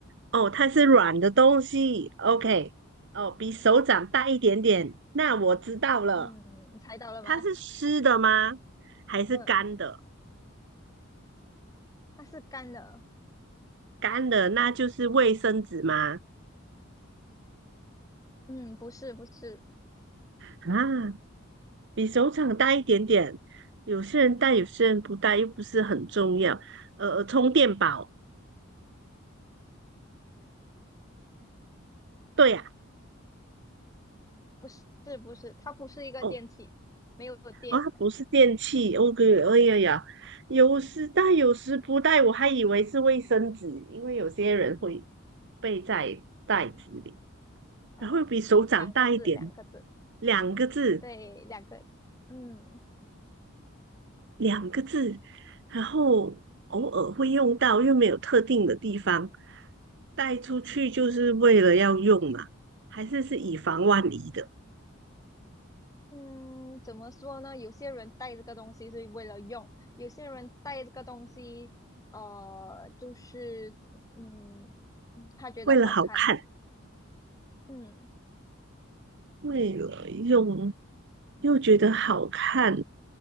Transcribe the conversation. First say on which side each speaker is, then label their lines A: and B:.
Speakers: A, on the right (about 60°); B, on the left (about 15°).
A: 哦，它是软的东西，OK，哦，比手掌大一点点。那我知道了，
B: 嗯，猜到了吗？
A: 它是湿的吗？还是干的？
B: 嗯，它是干的。
A: 干的，那就是卫生纸吗？
B: 嗯，不是，不是，
A: 啊，比手掌大一点点。有些人带，有些人不带，又不是很重要。呃，呃充电宝，对呀、
B: 不是，不是，它不是一个电器，
A: 哦，
B: 没有电了。
A: 哦，它不是电器。哦，对，哎呀呀，有时带，有时不带，我还以为是卫生纸，因为有些人会背在袋子里，
B: 呃，
A: 然后比手掌大一点，
B: 两个字，两个字，
A: 两个字，
B: 对，两个。嗯，
A: 两个字，然后偶尔会用到，又没有特定的地方，带出去就是为了要用嘛，还是是以防万一的，
B: 嗯，怎么说呢？有些人带这个东西是为了用，有些人带这个东西，呃，就是嗯，他觉得好看，
A: 为了好看，
B: 嗯，
A: 为了用，又觉得好看